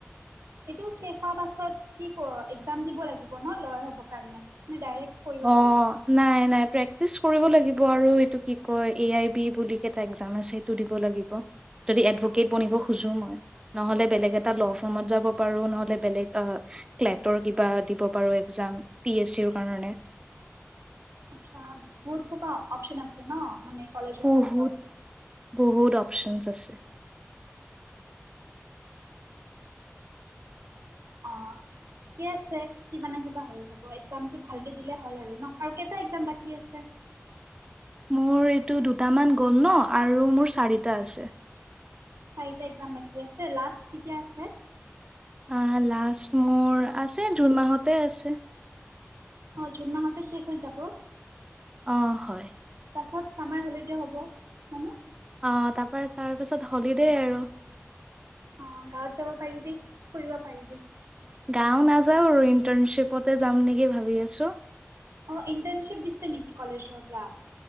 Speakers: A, on the right; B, on the right.
A: এইটো শেষ হোৱাৰ পাছত কি ক এক্সাম দিব লাগিব ন লয়াৰ হব কাৰণ নে ডাইৰেক্ট কৰিব
B: অ',
A: পাৰি?
B: নাই, নাই। প্ৰেক্টিচ কৰিব লাগিব আৰু এইটো কি কয় এ আই বি বুলি কটা এক্সাম আছে সটো দিব লাগিব যদি এডভকেট বনিব খোজো মই নহ'লে বেলেগ
A: আচ্ছা
B: এটা ল' ফৰ্মত যাব পাৰোঁ নহ'লে বেলেগ অ', ক্লেটৰ কিবা দিব পাৰো একজাম, পি এচ চ ৰ কাৰণে।
A: আচ্ছা বহুত অপচন আছে ন মানে ন কলেজৰ
B: বহুত
A: পাছত
B: বহুত অপচনছ আছে।
A: অ ঠিকে আছে কিবা নে কিবা হৈ যাব এক্জামটো ভালকে দিলে হল আৰু ন আৰু কেইটা এক্জাম বাকী আছে
B: মোৰ এইটো দুটামান গ'ল ন <unintelligible> আৰু মোৰ চাৰিটা আছে।
A: চাৰিটা একজাম বাকী আছে, লাষ্ট কিতিয়া আছে?
B: আহ লাষ্ট মোৰ আছে জুন মাহতে আছে।
A: অ জুন মাহতে শেষ হৈ যাব।
B: অ হয়
A: পাছত ছামাৰ হলিডে' হ'ব হয়, ন?
B: অহ, তাৰপা তাৰপিছত হলিডে আৰু।
A: অ', গাঁৱত যাব পাৰিবি, ফুৰিব পাৰিবি।
B: গাওঁ, নাযাওঁ আৰু ইণ্টাৰ্ণশ্বিপতে যাম নেকি ভাবি আছো।
A: অ', ইণ্টাৰ্ণশ্বিপ দিছে নেকি কলেজৰ পৰা?